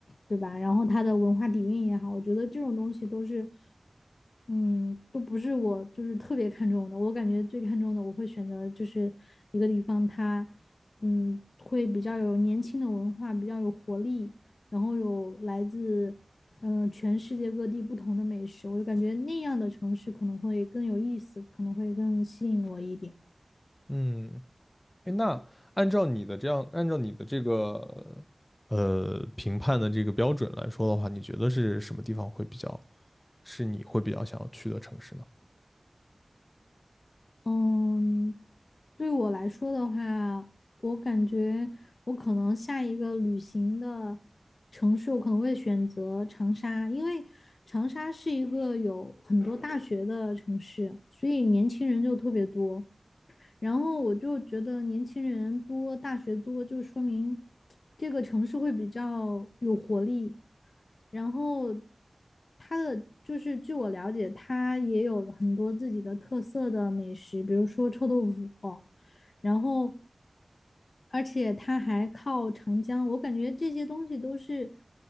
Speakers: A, on the left (about 80°); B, on the left (about 25°).
A: 对吧？然后它的文化底蕴也好，我觉得这种东西都是，嗯，都不是我就是特别看重的。我感觉最看重的，我会选择就是一个地方它，嗯，会比较有年轻的文化，比较有活力，然后有来自嗯、呃全世界各地不同的美食，我就感觉那样的城市可能会更有意思，可能会更吸引我一点。
B: 嗯，哎，那按照你的这样，按照你的这个呃评判的这个标准来说的话，你觉得是什么地方会比较，是你会比较想要去的城市呢？
A: 嗯，对我来说的话，我感觉我可能下一个旅行的城市，我可能会选择长沙，因为长沙是一个有很多大学的城市，所以年轻人就特别多。然后我就觉得年轻人多，大学多，就说明这个城市会比较有活力。然后它的就是据我了解，它也有很多自己的特色的美食，比如说臭豆腐，然后而且它还靠长江，我感觉这些东西都是